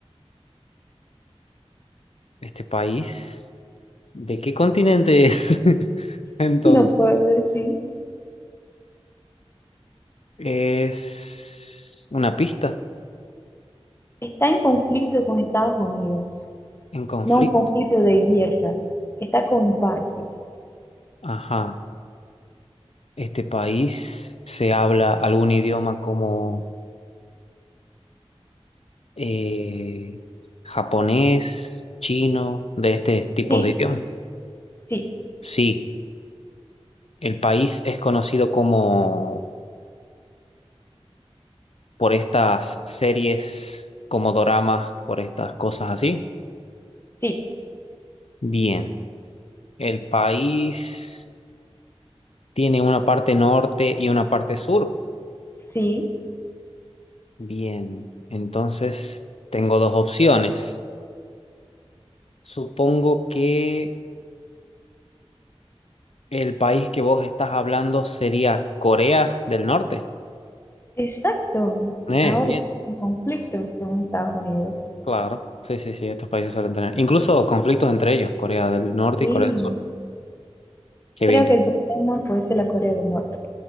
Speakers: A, on the left (about 75°); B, on the left (about 25°).
A: Este país ¿De qué continente es? <laughs> Entonces,
B: <laughs> No puedo decir.
A: es una pista
B: Está en conflicto con Estados Unidos,
A: en conflicto.
B: no un conflicto de guerra. Está con parces.
A: Ajá. Este país se habla algún idioma como eh, japonés, chino, de este tipo
B: Sí,
A: de idiomas.
B: sí,
A: Sí, el país es conocido como por estas series, como doramas, por estas cosas así.
B: sí,
A: Bien, el país tiene una parte norte y una parte sur.
B: sí.
A: Bien, entonces tengo dos opciones. Supongo que el país que vos estás hablando sería Corea del Norte.
B: Exacto.
A: Eh,
B: Ahora
A: bien,
B: está en conflicto con Estados Unidos.
A: claro. Sí, sí, sí, estos países suelen tener incluso conflictos entre ellos, Corea del Norte
B: Y
A: y Corea del Sur. Qué
B: creo
A: bien. que-
B: que el próximo puede ser la Corea del Norte.